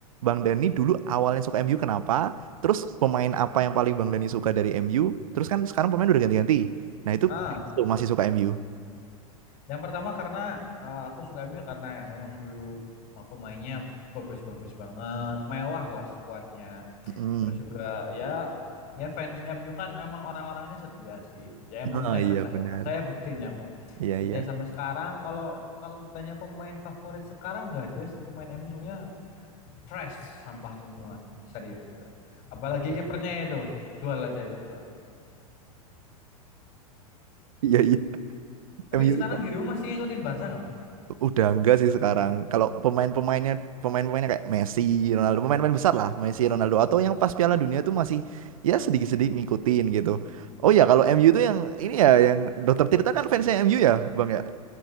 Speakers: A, on the right; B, on the left.
A: Bang Dani dulu awalnya suka MU kenapa? Terus pemain apa yang paling Bang Dani suka dari MU? Terus kan sekarang pemain udah ganti-ganti. Nah, itu
B: ah.
A: tuh masih suka MU.
B: Yang pertama karena eh, aku suka MU karena memang dulu eh, pemainnya bagus-bagus banget, mewah lah skuadnya.
A: Mm-mm.
B: Terus juga ya ya fans MU kan emang orang-orangnya setia sih. Ya emang
A: Nah,
B: saya ngerasain,
A: iya benar.
B: nah, saya buktinya kok.
A: Iya
B: Setia
A: iya.
B: sampai sekarang. Kalau kalau ditanya pemain favorit sekarang nggak ada sih pemain MU semuanya trash, sampah semua, serius. itu. Apalagi kipernya itu, jual aja itu jual.
A: Iya iya.
B: Tapi
A: MU
B: sekarang dirimu masih ngikutin Barca nggak bang?
A: udah enggak sih sekarang. Kalau pemain-pemainnya pemain-pemainnya kayak Messi, Ronaldo, pemain-pemain besar lah, Messi, Ronaldo atau yang pas Piala Dunia tuh masih ya sedikit-sedikit ngikutin gitu. Oh ya, kalau MU tuh yang ini ya yang Dokter Tirta kan fansnya MU ya, Bang ya?